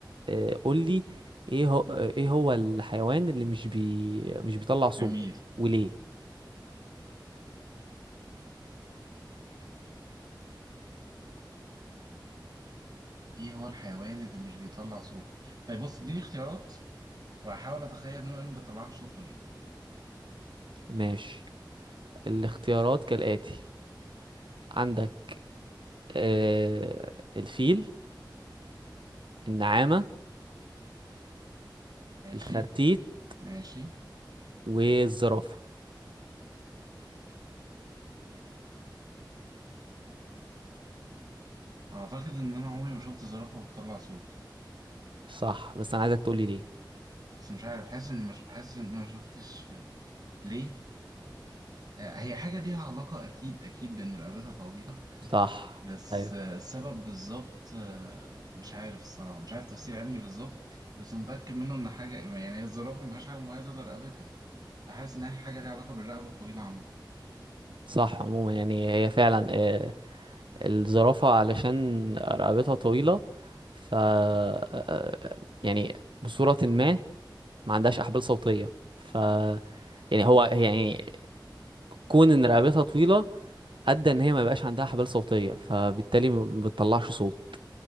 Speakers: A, on the right; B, on the right.
A: آه قول لي ايه هو ايه هو الحيوان اللي مش بي مش بيطلع صوت
B: جميل
A: وليه
B: إيه هو الحيوان اللي مش بيطلع صوت؟ طيب بص اديني اختيارات وهحاول أتخيل منه إيه اللي ما بيطلعش صوته ليه
A: ماشي الاختيارات كالآتي عندك آه الفيل النعامة
B: ماشي
A: الخرتيت
B: ماشي
A: والزرافة
B: أعتقد إن أنا عمري ما شفت زرافة بتطلع صوت
A: صح بس أنا عايزك تقولي ليه
B: بس مش عارف حاسس إني مش حاسس إني ما شفتش ليه آه، هي حاجة ليها علاقة أكيد أكيد بإن رقبتها طويلة
A: صح
B: بس
A: أيوة
B: آه، السبب بالظبط آه، مش عارف الصراحة مش عارف تفسير علمي بالظبط بس متأكد منه إن حاجة يعني هي الزرافة مفيهاش حاجة مميزة إلا رقبتها فحاسس إنها حاجة ليها علاقة بالرقبة الطويلة عامة
A: صح عموما يعني هي فعلا آه الزرافة علشان رقبتها طويلة ف آه، آه، يعني بصورة ما ما عندهاش أحبال صوتية ف يعني هو يعني كون إن رقبتها طويلة أدى إن هي ما بقاش عندها أحبال صوتية فبالتالي ما بتطلعش صوت